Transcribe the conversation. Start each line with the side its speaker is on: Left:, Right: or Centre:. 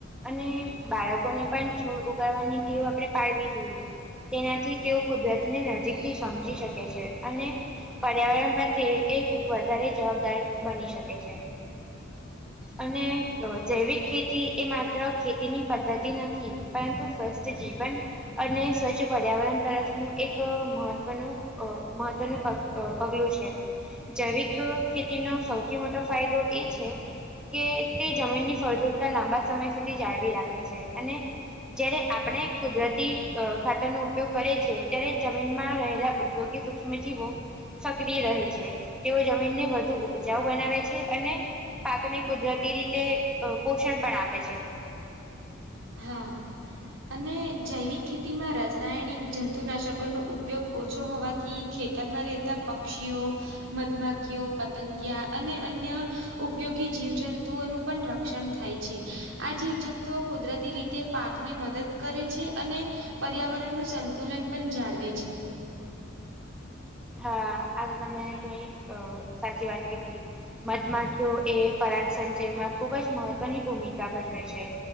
Centre: અને બાળકોને પણ છોડ ઉગાડવાની ટેવ આપણે પાડવી જોઈએ. તેનાથી તેઓ કુદરતને નજીકથી સમજી શકે છે, અને પર્યાવરણ પ્રત્યે એ વધારે જવાબદાર બની શકે છે. અને જૈવિક ખેતી એ માત્ર ખેતીની પદ્ધતિ નથી પરંતુ સ્વસ્થ જીવન અને સ્વચ્છ પર્યાવરણ તરફનું એક મહત્વનું અ મહત્વનું પ અ પગલું છે, જૈવિક ખેતીનો સૌથી મોટો ફાયદો એ છે. કે તે જમીનની ફળદ્રુપતા લાંબા સમય સુધી જાળવી રાખે છે, અને જયારે આપણે કુદરતી અ ખાતરનો ઉપયોગ કરએ છીએ ત્યારે જમીનમાં રહેલા ઉપયોગી સુ મે જીવો સક્રિય રહે છે તેઓ જમીનને વધુ ઉપજાઉ બનાવે છે અને પાકને કુદરતી રીતે અ પોષણ પણ આપે છે.
Right: હા. અને જૈવિક ખેતીમાં રાસાયણિક જંતુનાશકોનો ઉપયોગ ઓછો હોવાથી ખેતરમાં રહેતા પક્ષીઓ મધમાખીઓ પતંગિયા અને અન્ય ઉપયોગી જીવજંતુઓનું પણ રક્ષણ થાય આ જીવજંતુ તો કુદરતી રીતે પાકને મદદ કરે છે અને પર્યાવરણ નું સંતુલન પણ જાળવે છે.
Centre: હા આતો તમે ઘણી અ સાચી વાત કીધી. મધમાખીઓ એ પરાગસંચયમાં ખૂબ જ મહત્વની ભૂમિકા ભજવે છે.